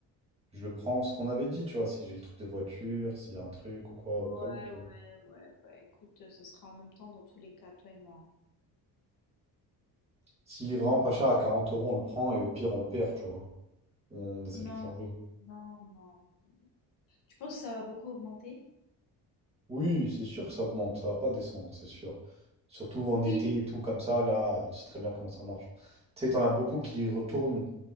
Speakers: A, on the right; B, on the left.
A: je le prends. Ce qu'on avait dit, tu vois, si j'ai le truc de voiture, s'il y a un truc ou quoi, au
B: Ouais,
A: cas où, tu vois.
B: ouais, ouais. Bah écoute, euh, ce sera en même temps dans tous les cas, toi et moi. hein.
A: S'il est vraiment pas cher à 40 euros, on le prend et au pire, on le perd, tu vois. On essaie
B: Oh, Non,
A: de le changer.
B: non, non, non. Tu penses que ça va beaucoup augmenter?
A: Oui, c'est sûr que ça augmente, ça va pas descendre, c'est sûr. Surtout en
B: Oui,
A: été et
B: euh,
A: tout, comme ça, là, tu sais très bien comment ça marche. Tu sais, t'en as beaucoup qui retournent